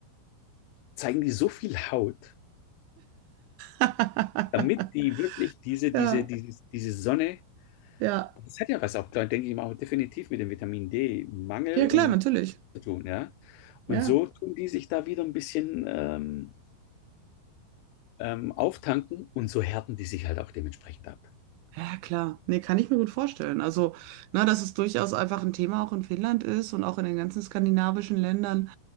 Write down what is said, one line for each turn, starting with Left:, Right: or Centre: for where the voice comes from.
Left: zeigen die so viel Haut,
Right: <laughs>
Left: damit die wirklich diese, diese,
Right: Ja,
Left: diese, diese Sonne,
Right: ja.
Left: das hat ja was auch, da denke ich mal, auch definitiv mit dem Vitamin D-Mangel
Right: Ja,
Left: und
Right: klar, natürlich.
Left: zu tun, ja. Und
Right: Ja.
Left: so tun die sich da wieder ein bisschen ähm, ähm, auftanken und so härten die sich halt auch dementsprechend ab.
Right: Ja, klar. Nee, kann ich mir gut vorstellen. Also, na, dass es durchaus einfach ein Thema auch in Finnland ist und auch in den ganzen skandinavischen Ländern.